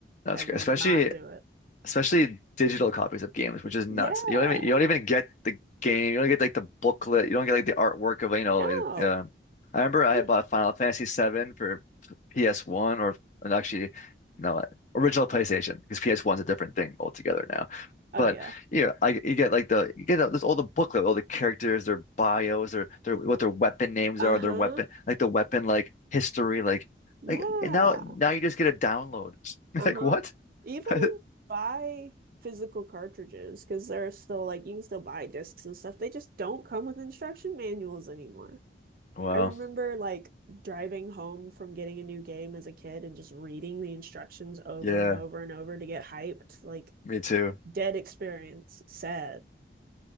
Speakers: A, on the left; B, on the right.
A: that's
B: I will
A: great. Especially
B: not do it.
A: especially digital copies of games, which is nuts.
B: Yeah.
A: You don't even you don't even get the game. You don't get like the booklet. You don't get like the artwork of you know.
B: No.
A: It, um, I remember I
B: And
A: had bought Final Fantasy VII for PS1 or and actually no uh, original PlayStation because PS1's a different thing altogether now.
B: Oh
A: But
B: yeah.
A: yeah, I you get like the you get this all the booklet, all the characters, their bios, their their what their weapon names
B: Uh-huh.
A: are, their weapon like the weapon like history, like
B: Yeah.
A: like and now now you just get a download. <laughs>
B: Uh-huh.
A: Like what?
B: Even
A: <laughs>
B: when you buy physical cartridges, because they're still like you can still buy discs and stuff, they just don't come with instruction manuals anymore.
A: Wow.
B: I remember like driving home from getting a new game as a kid and just reading the instructions over
A: Yeah,
B: and over and over to get hyped. Like
A: me too.
B: dead experience. Sad.